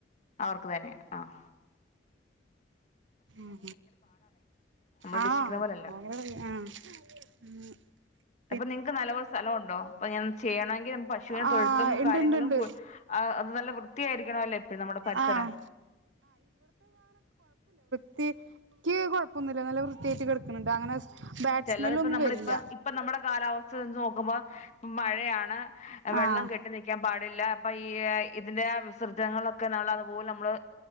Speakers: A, on the left; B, on the right.
A: അവർക്ക് തന്നെയാ ആഹ്
B: ഉം
A: നമ്മൾ ഉദ്ദേശിക്കുന്ന
B: ആഹ
A: പോലെയല്ല
B: വര <unintelligible> ആ
A: അപ്പൊ നിങ്ങ്ക്ക് നല്ലോലം സലൊണ്ടോ <unintelligible> അപ്പ ഞാൻ ചെയ്യണ <unintelligible> പശുവിനെ
B: ആഹ്
A: തൊഴുത്തും
B: ഇണ്ട്
A: കാര്യങ്ങളും
B: ഇണ്ട് ഇണ്ട്
A: കു അത് നല്ല വൃത്തിയാരിക്കണല്ലോ എപ്പ നമ്മടെ പരിസരം.
B: ആഹ് ത്തിക്ക് കുഴപ്പൊന്നുല്ല നല്ല വൃത്തിയായിട്ട് കിടക്കുന്നുണ്ട് അങ്ങനെ ബാഡ്
A: ചിലത്
B: സ്മെല്ല്
A: ഇപ്പ
B: ഒന്നും
A: നമ്മളിപ്പ
B: വരില്ല
A: ഇപ്പ നമ്മുടെ കാലാവസ്ഥ ച്ച് നോക്കുമ്പോ മഴയാണ്. ആ വെള്ളം
B: ആഹ്
A: കെട്ടി നിൽക്കാൻ പാടി.. ല്ല അപ്പൊ ഈ.. ഇതിന്റെ ആ വിസർജങ്ങളൊക്കെ നല്ലതുപോലെ നമ്മള്